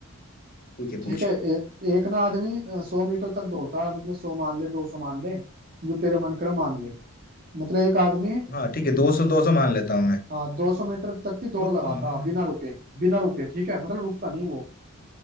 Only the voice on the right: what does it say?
ठीक
है ए, एक ना आदमी सौ मीटर तक दौड़ता है मतलब सौ मान ले दो सौ मान ले जो तेरे मन करे मान ले मतलब एक आदमी
हाँ 200 मीटर तक की दौड़
लगाता
बिना रुके बिना रुके ठीक है मतलब रुकता नहीं वो